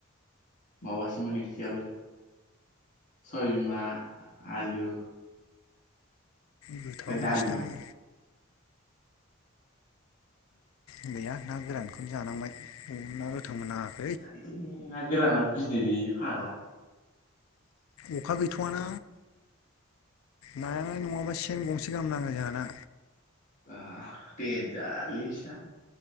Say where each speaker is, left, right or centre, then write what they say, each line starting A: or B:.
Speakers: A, on the left; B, on the left.
A: माबासोमोन ओंख्रियाबो सबियबिमा आलु
B: गोथाव
A: ओमफ्राय
B: नोंसिनाबो।
A: दालिमोन
B: गैया ना गोरानखौनो जानांबाय उम ना गोथांबो नाङा।
A: <inaudible> ना गोरानाबो बिदै दैयो फाग्ला।
B: अखा गैथ'वाना नायानो नङाबा सेन गंसे गाहाम नाङो जोंहाना।
A: आ देनजारलै नोंसिना